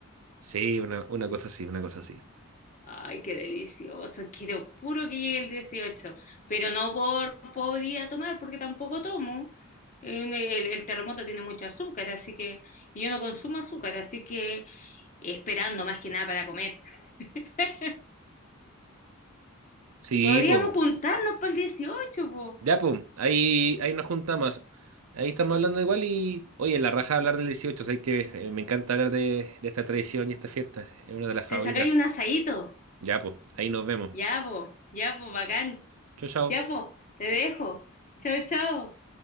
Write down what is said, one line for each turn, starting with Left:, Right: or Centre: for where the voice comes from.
Right: Sí, una, una cosa así, una cosa así.
Left: Ay, qué delicioso. Quiero puro que llegue el 18 pero no por podría tomar porque tampoco tomo. El, el- el terremoto tiene mucho azúcar, así que y yo no consumo azúcar, así que esperando más que nada para comer. <laughs>
Right: Sí,
Left: Podríamos
Right: po,
Left: juntarnos para el 18 po.
Right: ya po, ahí, ahí nos juntamos. Ahí estamos hablando igual y, oye, la raja hablar del 18, sé que eh, me encanta hablar de, de esta tradición y esta fiesta, es una de las favoritas.
Left: Te sacáis un asadito.
Right: Ya po, ahí nos vemos.
Left: Ya, po. Ya, po, bacán.
Right: Chao, chao.
Left: Ya, po, te dejo. Chao, chao.